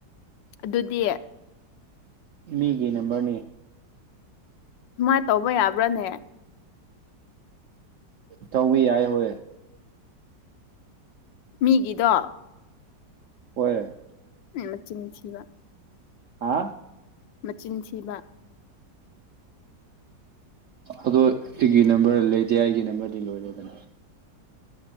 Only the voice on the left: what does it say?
ꯑꯗꯨꯗꯤ
ꯁꯨꯃꯥꯏ ꯇꯧꯕ ꯌꯥꯕ꯭ꯔꯥꯅꯦ
ꯃꯤꯒꯤꯗꯣ
ꯃꯆꯤꯟ ꯊꯤꯕ
ꯃꯆꯤꯟ ꯊꯤꯕ